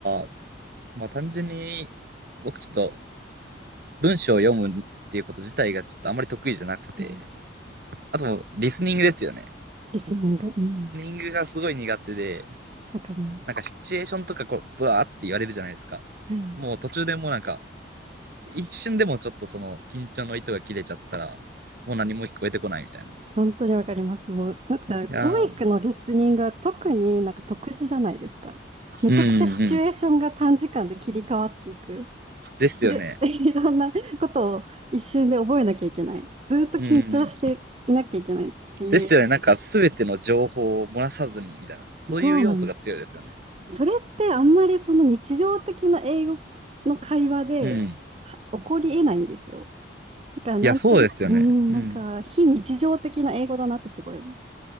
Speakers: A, on the right; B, on the right.
A: は、まあ単純に僕ちょっと文章を読むっていうこと自体がちょっとあんまり得意じゃなくて、
B: うん、
A: あともうリスニングですよね。
B: リスニング。うん。
A: ニングがすごい苦手で、
B: わかります。
A: なんかシチュエーションとかこう、ブワーって言われるじゃないですか。
B: はい。
A: もう途中でもうなんか、一瞬でもちょっとその緊張の糸が切れちゃったら、もう何も聞こえてこないみたいな。
B: 本当にわかります。もう、なんか、
A: いやー
B: トーイックのリスニングは特になんか特殊じゃないですか。めちゃくちゃシチュエーションが短時間で切り替わっていく。
A: うんうん。ですよね。
B: いる、<laughs> いろんなことを一瞬で覚えなきゃいけない。ずっと緊張していなきゃいけないっていう。
A: うんうん。ですよね。なんか全ての情報を漏らさずにみたいな。そういう要素が強いですよね。
B: そうなんそれってあんまりその日常的な英語の会話では起こり得ないんですよ。
A: うん。
B: だからなんと、
A: いや、そうですよね。
B: うん、
A: うん。
B: なんか非日常的な英語だなってすごい思う。